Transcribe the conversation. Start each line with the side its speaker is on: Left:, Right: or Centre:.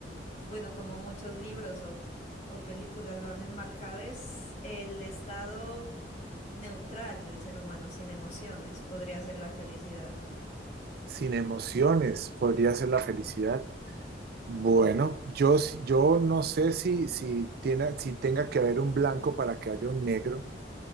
Left: bueno, como muchos libros o, o películas lo han enmarcado, es el estado neutral del ser humano, sin emociones, podría ser la felicidad.
Right: sin emociones podría ser la felicidad. Bueno, yo, s- yo no sé si, si, tiene, si tenga que haber un blanco para que haya un negro,